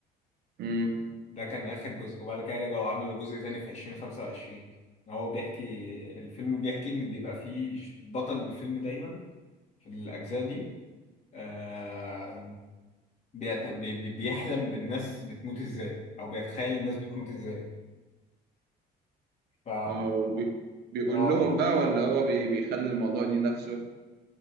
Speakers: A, on the right; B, on the left.
A: امم
B: ده كان آخر جزء وبعد كده رجعوا عملوا جزء تاني في 2025 هو بيحكي الفيلم بيحكي إن بيبقى فيه ش- بطل الفيلم دايما في الأجزاء دي آه، بيت- بي- بي- بيحلم بالناس بتموت ازاي أو بيتخيل الناس بتموت ازاي ف
A: اه وبي- بيقول
B: اه
A: لهم بقى ولا هو بي- بيخلي الموضوع ليه نفسه